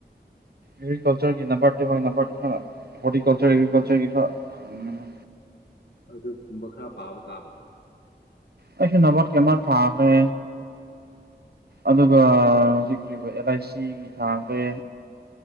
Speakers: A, on the right (about 65°); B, on the left (about 70°).
A: ꯑꯦꯒ꯭ꯔꯤꯀꯜꯆꯔꯒꯤ ꯅꯥꯄꯥꯔꯠꯇꯦ ꯍꯣꯏ ꯅꯥꯄꯥꯛꯔꯠ ꯈꯔ ꯍꯣꯔꯇꯤꯀꯜꯆꯔ ꯑꯦꯒ꯭ꯔꯤꯀꯜꯆꯔꯒꯤ ꯈꯔ ꯑꯥꯡꯅ ꯑꯃ
B: ꯑꯗꯨꯒꯨꯝꯕ ꯈꯔ ꯄꯥꯕ ꯇꯥꯕ
A: ꯑꯩ ꯁ ꯅꯕꯠ ꯀꯤ ꯑꯃ ꯊꯥꯈ꯭ꯔꯦ ꯑꯗꯨꯒ ꯍꯧꯖꯤꯛꯔꯤꯕ ꯑꯦꯜ ꯑꯥꯏ ꯁꯤ ꯊꯥꯈ꯭ꯔꯦ